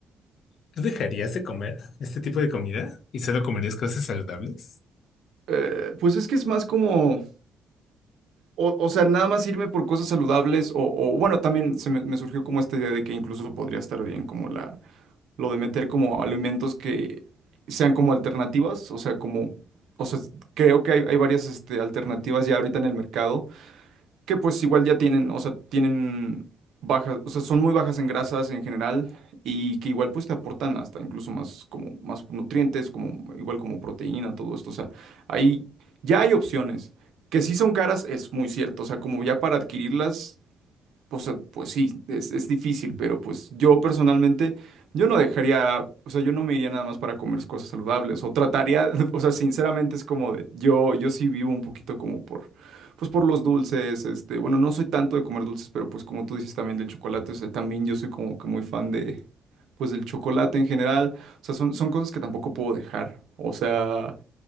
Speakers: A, on the left (about 65°); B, on the right (about 75°).
A: ¿Tú dejarías de comer este tipo de comida y solo comerías cosas saludables?
B: Eh, pues es que es más como... O, o sea, nada más irme por cosas saludables o, o, bueno, también se me, me surgió como esta idea de que incluso podría estar bien como la, lo de meter como alimentos que sean como alternativas, o sea, como, o sea, creo que hay, hay varias este, alternativas ya ahorita en el mercado, que pues igual ya tienen, o sea, tienen bajas, o sea, son muy bajas en grasas en general y que igual pues te aportan hasta incluso más como más nutrientes, como igual como proteína, todo esto, o sea, ahí ya hay opciones. Que sí son caras, es muy cierto, o sea, como ya para adquirirlas o sea, pues sí, es, es difícil, pero pues yo personalmente, yo no dejaría, o sea, yo no me iría nada más para comer cosas saludables, o trataría, <laughs> o sea, sinceramente es como de, yo, yo sí vivo un poquito como por, pues por los dulces, este, bueno, no soy tanto de comer dulces, pero pues como tú dices también del chocolate, o sea, también yo soy como que muy fan de, pues del chocolate en general, o sea, son, son cosas que tampoco puedo dejar, o sea